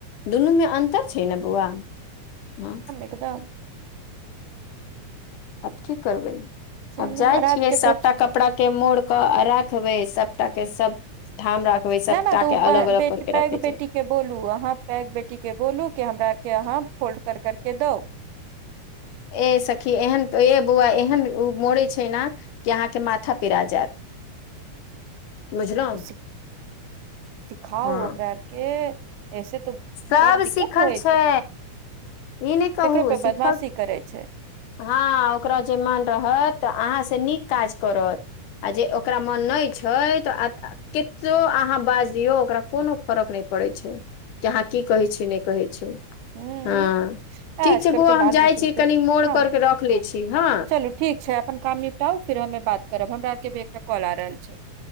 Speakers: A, on the left; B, on the right.
A: दुनू मे अन्तर छै ने बौआ हँ
B: त तऽ
A: आब की करबै
B: चलू
A: आब जाइ
B: आ
A: छियै
B: रात के
A: सबटा
B: बच
A: कपड़ा के मोड़ क राखबे सबटा के सब ठाम राख सबटा
B: नहि नहि तऽ ओ
A: के अलग अलग
B: बेटी
A: कर के
B: पैघ
A: रखे
B: बेटी
A: छै
B: के बोलू अहाँ पैक बेटीक के बोलू कि हमरा आरके अहाँ फोल्ड करके दउ
A: ए सखी एहन ए बौआ एहन ओ मोड़े छै न कि अहाँके माथा पिरा जायत बुझलहु
B: त सिखाउ
A: हँ
B: ओकरा अरके ऐसे तो
A: सब
B: बड दिक्कत
A: सिखल
B: होइत
A: छै ई नहि कहू
B: तकरो पे
A: सिखल
B: बदमाशी करै छै
A: हँ ओकरा जे मन रहतऽ अहाँ से नीक काज करत आ जे ओकरा मन नहि छै तऽ केतो अहाँ बाज दियौ ओकरा कोनो फरक नहि पड़ै छै कि अहाँ की कहै छै नहि कहै छै
B: हूँ
A: हँ
B: आजकल
A: ठीक छै बौआ
B: के
A: हम
B: बाल
A: जाइ
B: बुतरू
A: छी
B: के
A: कनि मोड़
B: हँ
A: करके रख लै छी हँ
B: चलू ठीक छै अपन काम निपटाउ फेर हमे बात करब हमरा आरके भी एकटा कॉल आ रहल छै